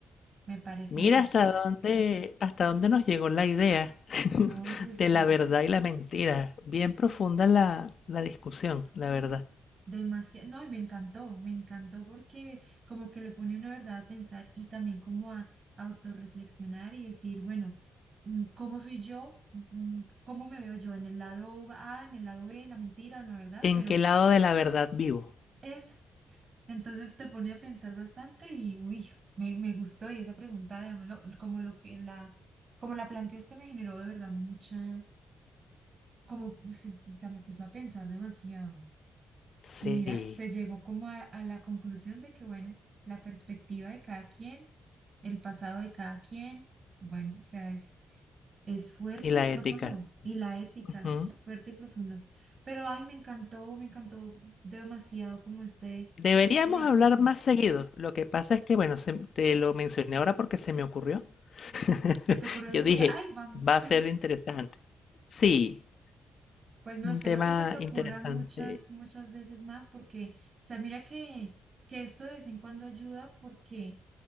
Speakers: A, on the right (about 35°); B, on the left (about 50°).
A: me parece
B: Mira
A: a mí.
B: hasta dónde, hasta dónde nos llegó la idea <laughs>
A: Oye, sí.
B: de la verdad y la mentira. Bien profunda la, la discusión, la verdad.
A: Demasiado, no, y me encantó, me encantó porque como que lo pone una verdad a pensar y también como a, a autorreflexionar y decir, bueno, mm, ¿cómo soy yo? Mm, ¿Cómo me veo yo? ¿En el lado A, en el lado B, en la mentira, en la verdad?
B: ¿En
A: Pero
B: qué lado de la verdad vivo?
A: es, entonces te pone a pensar bastante y uy, me, me gustó y esa pregunta, digámoslo, como lo que la, como la planteaste me generó de verdad mucha, como, pues, o sea, me puso a pensar demasiado.
B: Sí,
A: Y mira, se llegó como a, a la conclusión de que, bueno, la perspectiva de cada quien, el pasado de cada quien, bueno, o sea, es, es fuerte,
B: y la
A: es profundo.
B: ética.
A: Y la ética
B: Ujú.
A: es fuerte y profundo. Pero, ay, me encantó, me encantó demasiado como este,
B: Deberíamos
A: este ejercicio.
B: hablar más seguido. Lo que pasa es que, bueno, se- te lo mencioné ahora porque se me ocurrió. <laughs>
A: Se te ocurrió
B: Yo
A: así como
B: dije,
A: que, ay, vamos.
B: va a
A: <laughs>
B: ser interesante. Sí,
A: Pues no, espero
B: Un tema
A: que se te ocurra
B: interesante.
A: muchas, muchas veces más porque, o sea, mira que, que esto de vez en cuando ayuda porque